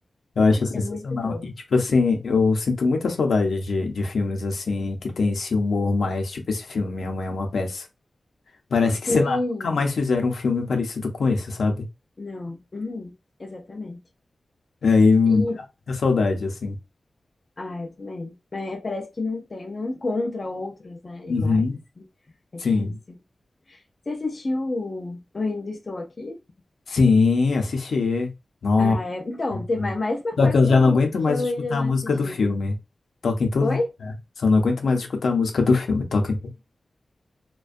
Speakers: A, on the left (about 70°); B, on the left (about 30°).
A: Eu acho sensacional.
B: É muito bom.
A: E, tipo assim, eu sinto muita saudade de, de filmes, assim, que tem esse humor mais, tipo esse filme, Minha Mãe é uma Peça. Parece que,
B: Sim,
A: sei lá, nunca mais fizeram um filme parecido com esse, sabe?
B: não, uhum, exatamente.
A: Aí hum,
B: E
A: dá muita saudade, assim.
B: Ah, eu também. Mas é, parece que não tem, não encontra outros, né, iguais,
A: Uhum.
B: assim. É
A: Sim.
B: difícil. Você assistiu o Eu Ainda Estou Aqui?
A: Sim, assisti. Nossa.
B: Ah, é. Então,
A: Uhum.
B: tem mais mais uma
A: Só
B: coisa
A: que eu
B: que
A: já
B: eu,
A: não aguento mais
B: que eu
A: escutar
B: ainda não
A: a música
B: assisti.
A: do filme. Toca em todo.
B: Oi?
A: Só não aguento mais escutar a música do filme. Toca em todo.